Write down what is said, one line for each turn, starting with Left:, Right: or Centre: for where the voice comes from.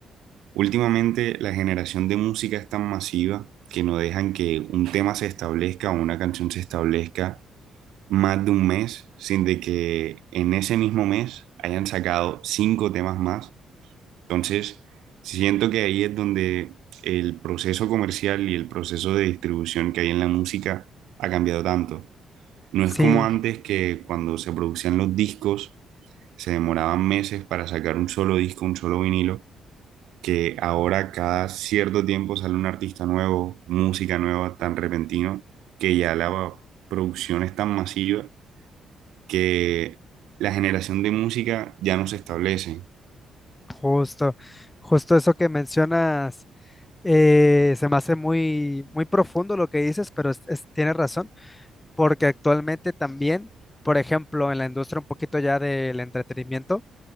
Right: Últimamente la generación de música es tan masiva que no dejan que un tema se establezca o una canción se establezca más de un mes sin de que en ese mismo mes hayan sacado cinco temas más. Entonces, siento que ahí es donde el proceso comercial y el proceso de distribución que hay en la música ha cambiado tanto. No
Left: Sí,
Right: es como antes que cuando se producían los discos se demoraban meses para sacar un solo disco, un solo vinilo que ahora cada cierto tiempo sale un artista nuevo, música nueva tan repentino, que ya la producción es tan masiva que la generación de música ya no se establece.
Left: justo, justo eso que mencionas. eh, se me hace muy, muy profundo lo que dices, pero es- es- tienes razón. porque actualmente también, por ejemplo, en la industria un poquito ya del entretenimiento,